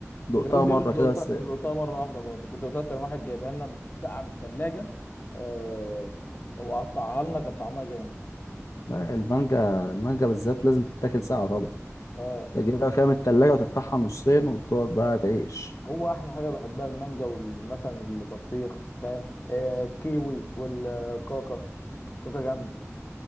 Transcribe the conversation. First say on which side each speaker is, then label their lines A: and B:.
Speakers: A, on the left; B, on the left.
A: دقتها
B: جاروك
A: مرة
B: دي دقتها
A: كده بس
B: دقتها مره واحده برضه كنت دقتها كان واحد جايبها لنا مس- ساقعه من الثلاجه آه وقطعها لنا كان طعمها جامد
A: لا المانجا المانجا بالذات لازم تتاكل ساعة طبعا
B: اه
A: تجيبها كده من التلاجة وتفتحها نصين وتقعد بقى تعيش
B: هو احلى حاجه بحبها المانجا والمثلا البطيخ فاهم آه الكيوي والكاكا كاكا جامده